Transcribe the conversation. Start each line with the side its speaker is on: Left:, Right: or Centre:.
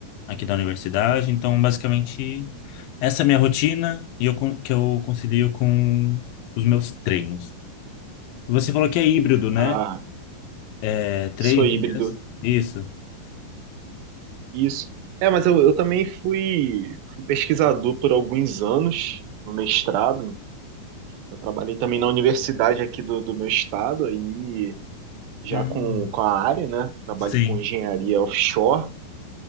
Left: aqui da universidade. Então, basicamente, essa é a minha rotina e eu, con- que eu concilio com os meus treinos. Você falou que é híbrido, né?
Right: Ah,
Left: É três
Right: sou híbrido,
Left: dias. Isso.
Right: isso. É, mas eu, eu também fui, fui pesquisador por alguns anos no mestrado. Eu trabalhei também na universidade aqui do, do meu estado, aí já
Left: Hum.
Right: com, com a área, né? Trabalho
Left: Sim,
Right: com engenharia offshore.